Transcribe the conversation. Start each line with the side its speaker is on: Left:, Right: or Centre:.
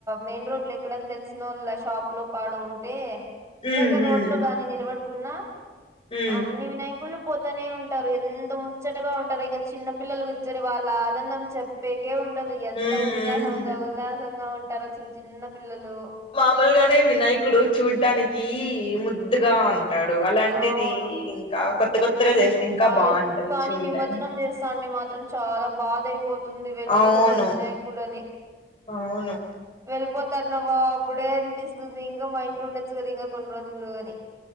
Right: మెయిన్ రోడ్లు ఎక్కడని తెలిసిన వాళ్ళ షాప్ లో పాడు ఉంటే
Left: ఉమ్
Right: లేదా
Left: ఉమ్
Right: రోడ్ లో గాని నిలబడుకున్నా
Left: ఉమ్
Right: అన్ని వినాయకులు పోతనే ఉంటరు ఎంత ముచ్చటగా ఉంటరు ఇంగ చిన్న పిల్లలు కుర్చొని వాళ్ళ ఆనందం చెప్పేకే ఉండదు ఎంత
Left: ఉమ్
Right: ఉత్సాహంగా ఉల్లాసంగా ఉంటారో చిన్న చిన్న పిల్లలు
Left: మామూలుగానే వినాయకుడు చూడ్డానికి ముద్దుగా ఉంటాడు అలాంటిది
Right: అవును
Left: ఇంకా కొత్త కొత్తగా
Right: ఉమ్
Left: చేస్తే ఇంకా
Right: చాలా
Left: బాగుంటది
Right: ఇ కానీ
Left: చూడ్డాని
Right: <unintelligible> మాత్రం చాలా బాదయ్తా పోతుంది వెళ్ళిపోతున్నాడు
Left: అవును
Right: వినాయకుడు అని
Left: అవును
Right: వెళ్ళిపో తన్నవ అప్పుడే అనిపిస్తుంది ఇంకా మా ఇంట్లో ఉండొచ్చు కదా ఇంకా కొన్ని రోజులు అని